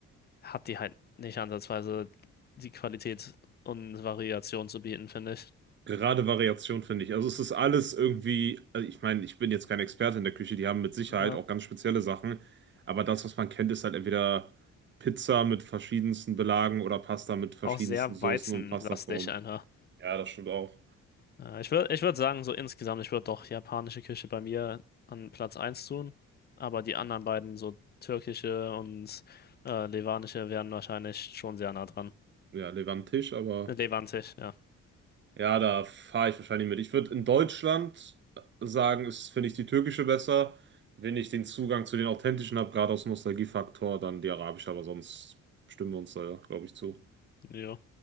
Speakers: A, on the left (about 35°); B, on the right (about 40°).
A: hat die halt nicht ansatzweise die Qualität und Variation zu bieten, finde ich.
B: Gerade Variation finde ich. Also es ist alles irgendwie, also ich meine, ich bin jetzt kein Experte in der Küche, die haben mit Sicherheit
A: Ja.
B: auch ganz spezielle Sachen, aber das, was man kennt, ist halt entweder Pizza mit verschiedensten Belagen oder Pasta mit verschiedensten
A: Auch sehr
B: Soßen
A: weizenlastig
B: und Pastaformen.
A: einfach.
B: Ja, das stimmt auch.
A: Ja, ich würde ich würd sagen, so insgesamt, ich würde doch japanische Küche bei mir an Platz eins tun, aber die anderen beiden, so türkische und äh, levanische, wären wahrscheinlich schon sehr nah dran.
B: Ja, Levantisch, aber
A: Levantisch, ja.
B: ja, da fahre ich wahrscheinlich mit. Ich würde in Deutschland sagen, ist, finde ich die türkische besser, wenn ich den Zugang zu den authentischen habe, gerade aus Nostalgiefaktor, dann die arabische, aber sonst stimmen wir uns da, glaube ich, zu.
A: Jo.